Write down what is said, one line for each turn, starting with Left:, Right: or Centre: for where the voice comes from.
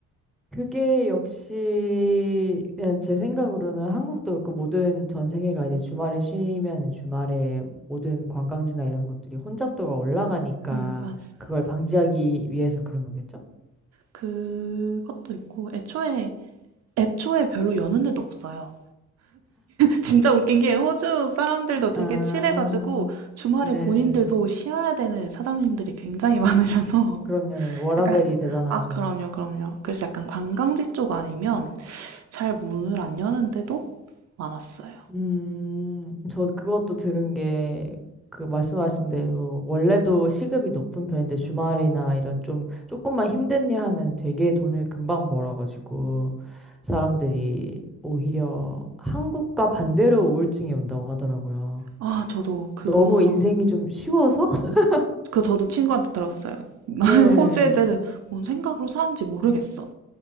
Centre: 그게 역시 그냥 제 생각으로는 한국도 그렇고 모든 전 세계가 이제 주말에 쉬면 주말에 모든 관광지나 이런 것들이 혼잡도가 올라가니까
Right: 음, 맞습니다.
Centre: 그걸 방지하기 위해서 그런 거겠죠?
Right: 그것도 있고 애초에 애초에 별로 여는 데도 없어요. 진짜 웃긴 게 호주 사람들도 되게
Centre: 아,
Right: 칠해가지고 주말에
Centre: 네.
Right: 본인들도 쉬어야 되는 사장님들이 굉장히 많으셔서
Centre: 그럼요.
Right: <laughs>
Centre: 워라밸이
Right: 약간
Centre: 대단하죠.
Right: 아 그럼요 그럼요 그래서 약간 관광지 쪽 아니면 잘 문을 안 여는 데도 많았어요
Centre: 음, 저 그것도 들은 게, 그 말씀하신 대로, 원래도 시급이 높은 편인데, 주말이나 이런 좀, 조금만 힘든 일 하면 되게 돈을 금방 벌어가지고, 사람들이 오히려 한국과 반대로 우울증이 온다고 하더라고요.
Right: 아 저도 그거
Centre: 너무 인생이 좀 쉬워서? <laughs>
Right: 그 저도 친구한테 들었어요 <laughs>
Centre: 네.
Right: 호주 애들은 뭔 생각으로 사는지 모르겠어